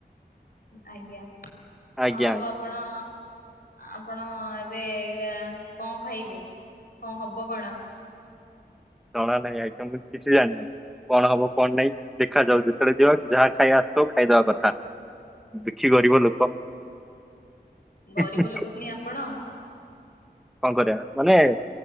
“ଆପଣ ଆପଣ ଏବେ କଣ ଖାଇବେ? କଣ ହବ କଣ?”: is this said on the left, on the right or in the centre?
Left